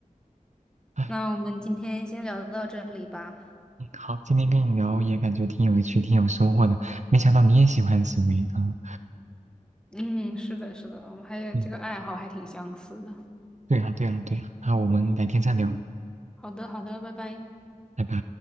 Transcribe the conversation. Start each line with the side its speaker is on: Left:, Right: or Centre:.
Right: 唉
Centre: 那我们今天先聊到这里吧。
Right: 嗯好，今天跟你聊也感觉挺有趣、挺有收获的，没想到你也喜欢紫薇啊。
Centre: 嗯，是的，是的，我们还有这个爱好还挺相似的。
Right: 嗯，对啊，对啊，对啊。那我们改天再聊，
Centre: 好的，好的，拜拜。
Right: 拜拜。